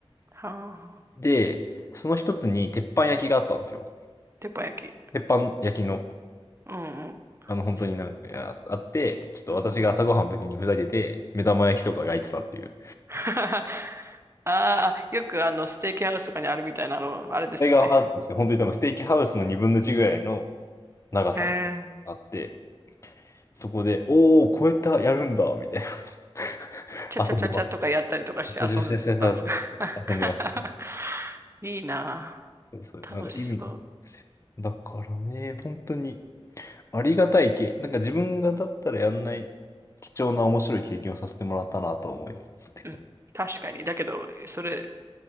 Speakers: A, on the right (about 25°); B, on the left (about 30°).
A: はあ。
B: で、その一つに鉄板焼きがあったんですよ。
A: 鉄板焼き。
B: 鉄板焼きの、
A: うんうん。
B: あの本当になんかやあって、
A: す
B: ちょっと私が朝ごはんの時にふざけて目玉焼きとか焼いてたっていう。
A: うん。<laughs> ああ、よくあの、ステーキハウスとかにあるみたいな、あの、あれですよね。
B: れがあかるんですよ。
A: うん
B: 本当に多分ステーキハウスの2分の1ぐらいの長さがあって、
A: えー、
B: そこで、おー、超えた、やるんだ、みたいな。<laughs>
A: チャチャチャチャとかやったりとかして遊んでたんですか
B: 遊んでます。シャシャシャシャシャとかやって遊んでました。
A: <laughs> いいな
B: そうそう、
A: あ。
B: なんか意味。
A: 楽しそ
B: だからね、本当にありがたい経なんか自分がだったらやんない貴重な面白い経験をさせてもらったなと思いつつって感じ。
A: う。うん。確かに。だけど、それ、